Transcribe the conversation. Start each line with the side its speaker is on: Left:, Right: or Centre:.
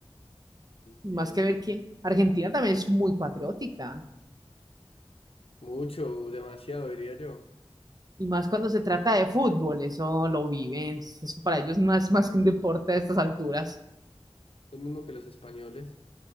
Right: Y
Left: tienen
Right: más que ver que Argentina también es muy patriótica.
Left: mucho, demasiado, diría yo.
Right: Y más cuando se trata de fútbol, eso lo viven. Eso para ellos no es más que un deporte a estas alturas.
Left: Lo mismo que los españoles,